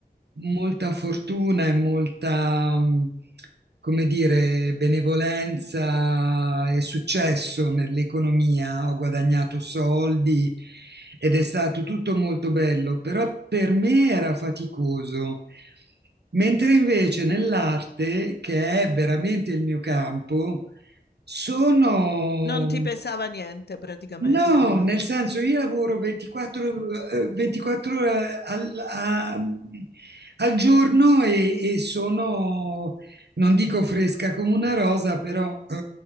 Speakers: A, on the right; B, on the left.
A: molta fortuna e molta come dire, benevolenza e successo nell'economia, ho guadagnato soldi ed è stato tutto molto bello, però per me era faticoso. Mentre invece nell'arte, che è veramente il mio campo, sono
B: Non ti pesava niente praticamente.
A: No, nel senso io lavoro 24, eh, 24 ore al, a- al giorno e, e sono, non dico fresca come una rosa, però eh,